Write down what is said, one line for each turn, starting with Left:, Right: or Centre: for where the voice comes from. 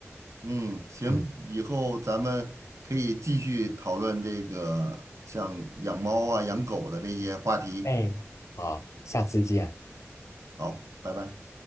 Right: 嗯，行，
Left: 嗯，
Right: 以后咱们可以继续讨论这个像养猫啊、养狗的这些话题。
Left: 哎，好，下次见。
Right: 好，拜拜。